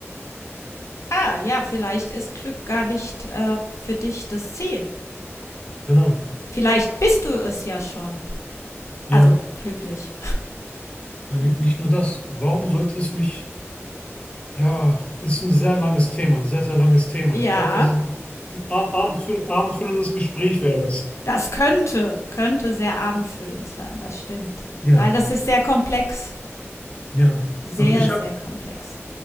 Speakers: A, on the left; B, on the left.
A: Ah, ja, vielleicht ist Glück gar nicht äh, für dich das Ziel.
B: Genau.
A: Vielleicht bist du es ja schon.
B: Ja,
A: Also glücklich.
B: ni- nicht nur das. Warum sollte es mich, ja, ist ein sehr langes Thema, ein sehr, sehr langes Thema.
A: Ja.
B: Ich glaube, das ist ein a- abendfüll- abendfüllendes Gespräch wäre das.
A: Das könnte, könnte sehr abendfüllend sein, das stimmt.
B: Ja,
A: Weil das ist sehr komplex.
B: ja.
A: Sehr,
B: Also ich
A: sehr
B: habe,
A: komplex.